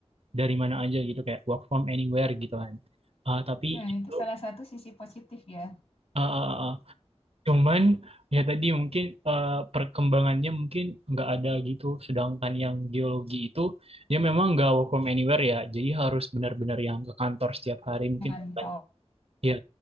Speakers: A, on the right; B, on the left.
A: dari mana aja gitu kayak work from anywhere gitu kan. Eh, tapi
B: Nah,
A: itu
B: itu salah satu sisi positif ya,
A: eh, eh, eh, Cuman ya tadi mungkin eh, perkembangannya mungkin nggak ada gitu. Sedangkan yang geologi itu dia memang nggak work from anywhere ya. Jadi harus benar-benar yang ke kantor setiap hari mungkin
B: ngantor.
A: delapan- ya